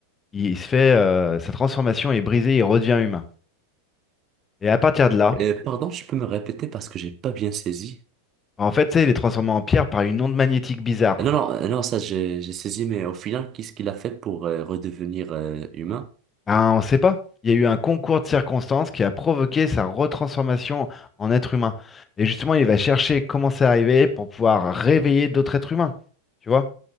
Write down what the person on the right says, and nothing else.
Euh, pardon, tu peux me répéter parce que j'ai pas bien saisi.
Euh, Non, non, euh, non, ça, j'ai j'ai saisi, mais au final, qu'est-ce qu'il a fait pour euh, redevenir euh, humain?